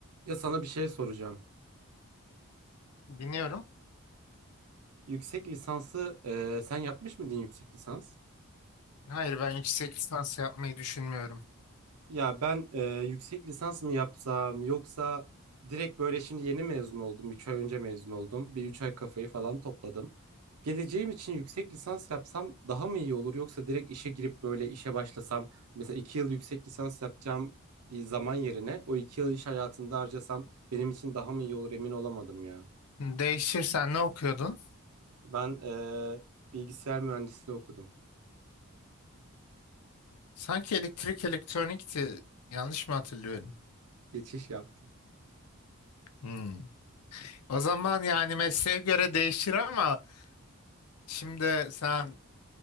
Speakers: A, on the right (about 90°); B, on the left (about 85°).
A: Ya sana bir şey soracağım.
B: Dinliyorum.
A: Yüksek lisansı e, sen yapmış mıydın yüksek lisans?
B: Hayır ben yüksek lisans yapmayı düşünmüyorum.
A: Ya ben e, yüksek lisans mı yapsam yoksa direkt böyle şimdi yeni mezun oldum. üç ay önce mezun oldum. Bir 3 ay kafayı falan topladım. Geleceğim için yüksek lisans yapsam daha mı iyi olur yoksa direkt işe girip böyle işe başlasam mesela 2 yıl yüksek lisans yapacağım e, zaman yerine o 2 yıl iş hayatında harcasam benim için daha mı iyi olur emin olamadım ya.
B: Değişirsen ne okuyordun?
A: Ben e, bilgisayar mühendisliği okudum.
B: Sanki elektrik elektronikti. Yanlış mı hatırlıyorum?
A: Geçiş yaptım.
B: Hmm. O zaman yani mesleğe göre değişir ama şimdi sen